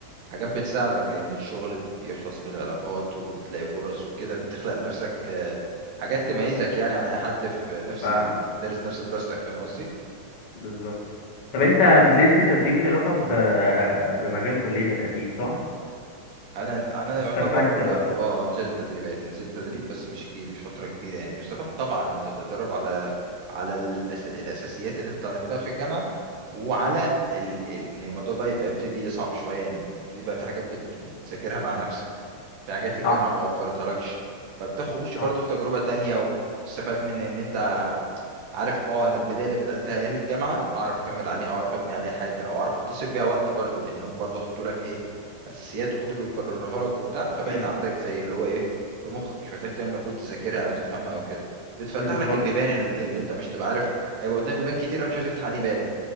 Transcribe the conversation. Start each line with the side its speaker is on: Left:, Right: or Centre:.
Right: حاجات بتساعدك لان الشغل بيخلص بالعلاقات وبتلاقي فرص وكده بتخلق لنفسك آه، حاجات تميزك يعني عن اي حد في نفس
Left: فاهمك
Right: ال... دارس نفس دراستك فاهم قصدي
Left: بالظبط طب انت نزلت تدريب ليه علاقه ب... بمجال كليتك اكيد صح
Right: انا انا
Left: واستفدت
Right: يعتبر
Left: بقى.
Right: اه نزلت تدريبات نزلت تدريب بس مش كتير مش فتره كبيره يعني واستفدت طبعا من انت بتتدرب على على الأس... الاساسيات اللي انت اتعلمتها في الجامعه وعلى
Left: مم.
Right: ال... ال... ان الموضوع بقى يبقى يبتدي يصعب شويه انك تبتدي بقى في حاجات بت... بتذاكرها مع نفسك في حاجات الجامعه
Left: صح
Right: ما وفرتها لكش فبتخش برضو
Left: صح
Right: في تجربه تانية وبتستفاد من ان انت عارف اه انا البدايه اللي بداتها ايام الجامعه اعرف اكمل عليها اعرف ابني عليها حاجه او اعرف اختصر بيها وقت برضو لانهم برضو حطوا لك ايه اساسيات وفضلوا يكرروها لك وبتاع فبقت
Left: مم.
Right: عندك زي اللي هو ايه في مخك مش محتاج تعمل مجهود تذاكرها او تفهمها او كده بتفتح
Left: بالظبط
Right: لك البيبان ال- اللي انت مش تبقى عارف هيبقى قدامك بيبان كتير قوي مش عارف تفتح انهي باب